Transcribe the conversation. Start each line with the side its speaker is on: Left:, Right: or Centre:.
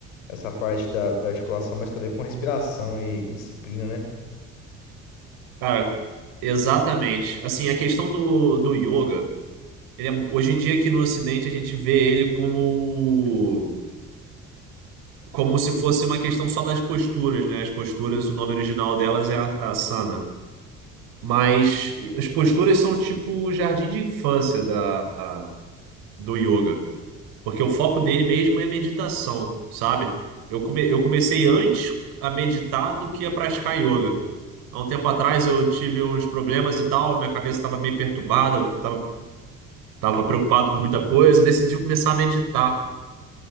Left: essa parte da, da articulação, mas também com respiração e, e disciplina, né?
Right: Cara, exatamente. Assim, a questão do, do yoga, ele é- hoje em dia aqui no Ocidente a gente vê ele como, como se fosse uma questão só das posturas, né? As posturas, o nome original delas é a- asana. Mas eh, as posturas são tipo o jardim de infância da, do yoga. Porque o foco dele mesmo é meditação, sabe? Eu, come, eu comecei antes a meditar do que a praticar yoga. Há um tempo atrás eu tive uns problemas e tal, minha cabeça estava meio perturbada, eu tava, tava preocupado com muita coisa, e decidi começar a meditar.